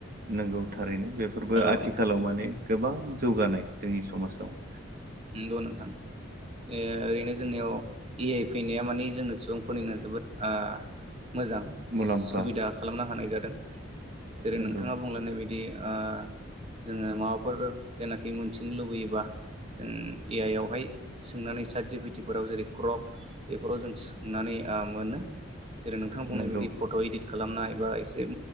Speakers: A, on the right; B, on the right.
A: नंगौ थारैनो बेफोरबो
B: औ
A: आथिखालाव
B: नोंथां
A: माने गोबां जौगानाय जोंनि समाजाव
B: नंगौ नोथां ओ ओरैनो जोंनियाव ए आइ फैनाया मानि जोंनो सुबुंफोरनिनो जोबोद ओ मोजां
A: मुलाम्फा
B: सुबिदा खालामनो हानाय जादों जेरै
A: नोंगौ
B: नोंथाङा बुंलायनाय बायदि ओ जोङो माबाफोर जेनाखि मोनथिनो लुबैयोबा जों ए आइ आवहाय सोंनानै साजबिटिफोराव जेरै क्रप बेफोराव जों सोंनानै ओ मोनो जेरै नोंथां बुंनाय
A: नोंगौ
B: बायदि फट' इदिट खालामनाय बा एसे